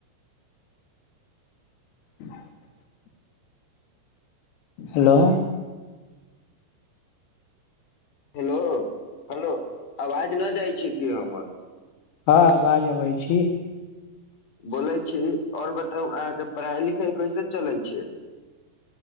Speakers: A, on the left; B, on the left.
A: <unintelligible> हेलो।
B: हेलो। हेलो आवाज नहि जाइ छै कि हमर।
A: हँ आवाज अबै छी।
B: बोले छी आऔर बताउ अहाँके पढ़ाई- लिखाई। कैसन चलै छै।